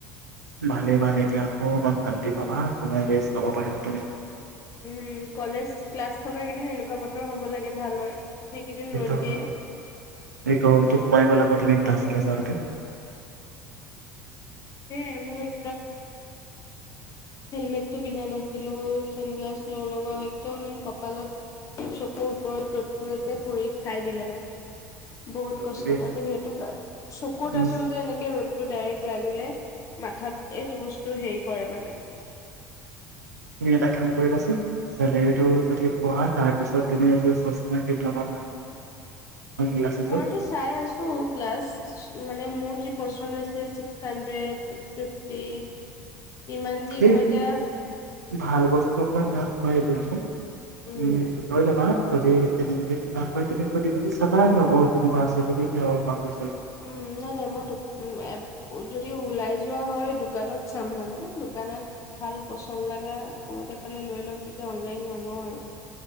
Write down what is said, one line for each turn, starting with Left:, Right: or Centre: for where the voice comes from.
Right: ভালে ভালে দিয়া শান্তি পাবা <unintelligible> তুমি।
Left: উম কলেজ ক্লাছ থকা কেইদিননো বতৰ হ'ব লাগে ভাল হয়। সেইকেইদিন
Right: সেইটো
Left: ৰ'দ দিয়ে,
Right: হয়, এই গৰমটো সোমাই গ'লে আকৌ তুমি ক্লাছলৈ যাওঁতে
Left: সেয়াই মোৰ হেলমেটটো পিন্ধা নাছিলো, ছানগ্লাছ নলগাও একদম কপালত, চকুৰ ওপৰত ৰ'দটো একে পৰি খাই দিলে মানে বহুত
Right: গতিকে
Left: কষ্ট পালো সেইটো কাৰ চকুত
Right: তুমি
Left: আচলতে এনেকে ৰ'দটো ডাইৰেক্ট লাগিলে মাথাত এইটো বস্তু হেৰি কৰে মানে
Right: তুমি এটা কাম কৰিবাচোন, চেলেৰিটো যদি পোৱা তাৰপিছত তুমি এযোৰ চশমা কিনি ল'বা ভাল চানগ্লাছ এযোৰ।
Left: মইটো চাই আছো গ্লাছ, মানে মোৰ যি পচন্দ হৈছে ছিক্স হা হান্দ্ৰেদ, ছিক্স ফিফটি ইমান দি
Right: সেই
Left: মই এতিয়া
Right: ভাল বস্তু ময়ে দি আছোঁ
Left: উম
Right: তুমি লৈ ল'বা যদি কিবাকৈ তুমি সুধি মেলি চাবা লগৰ কোনোবা আছে বুলি
Left: উম নাই নাই মই দোক ও এব যদিওঁ ওলাই যোৱা হয় দোকানত চাম মানে, দোকানত ভাল পচন্দ লাগা কমতে পালে লৈ ল'ম, তেতিয়া অনলাইন নলওঁ আৰু